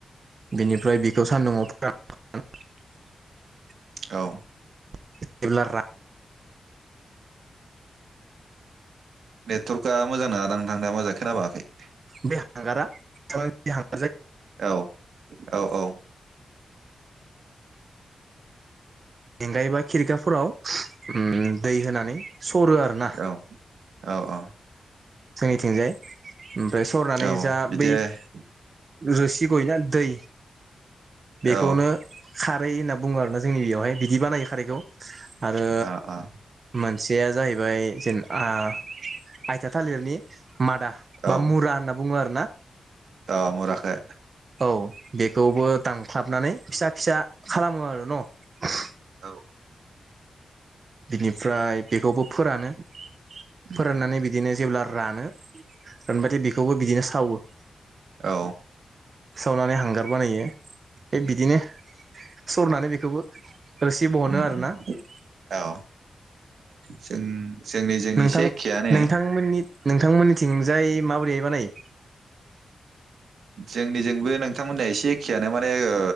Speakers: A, on the right; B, on the right.
A: बिनिफ्राय बेखौ सान्दुंआव <unintelligible>
B: औ
A: <unintelligible>
B: नेटवर्कआ मोजां नोङा दां नोंथांना माजाङै खोनाबाङाखै ।
A: बे हांगारा <unintelligible>
B: औ औ औ
A: जेंगायबा खिरिखाफोराव उम दै होनानै सरो आरोना
B: औ औ औ
A: जोंनिथिंजाय ओमफ्राय सरनानै
B: औ
A: जा
B: बिदि
A: बै
B: औ
A: रोसि गयोना दै बेखौनो
B: औ
A: खारै होनना बुङो आरोना जोंनि बेयावहाय बिदि बानायो खारैखौ । आरो
B: औ
A: मोनसेया जाहैबाय जेन आ आयथा थालिरनि मादा
B: औ
A: बा मुरा होनना बुङो आरो ना
B: औ मुराखो
A: औ बेखौबो दांख्लाबनानै फिसा फिसा खालामो आरो न'
B: औ
A: बिनिफ्राय बेखौबो फोरानो
B: उम
A: फोराननानै बिदिनो जेब्ला रानो रानबाथाय बेखौबो बिदिनो सावो ।
B: औ
A: सावनानै हांगार बानायो थिग बिदिनो सरनानै बेखौबो रोसि बहोनो
B: उम
A: आरोना
B: उम
A: ।
B: औ जों जोंनि जों
A: नोंथां
B: एसे एखेयानो
A: नोंथांमोननि नोंथांमोननिथिंजाय माबोरैहाय बानायो?
B: जोंनि जोंबो नोंथांमोननिया एसे एखेयानो माने ओ